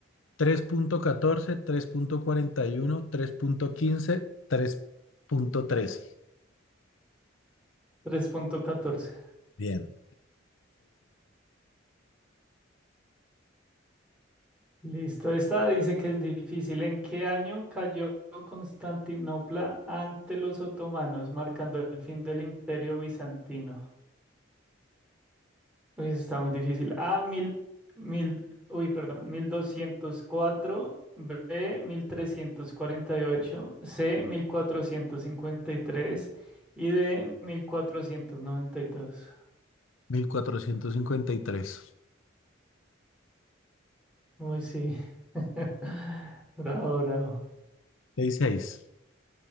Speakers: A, on the left; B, in the centre.
A: tres tres tres punto punto punto catorce cuarenta y uno tres punto quince tres punto trece
B: tres punto catorce.
A: Bien,
B: Listo, esta dice que es difícil. ¿En qué año cayó Constantinopla ante los otomanos, marcando el fin del Imperio Bizantino? Uy, eso está muy difícil. A, mil, mil, uy, perdón, 1204. B, 1348. C, mil cuatrocientos cincuenta y tres. Y D, 1492.
A: 6-5. 1453.
B: Uy, sí. <laughs> Bravo, bravo.
A: seis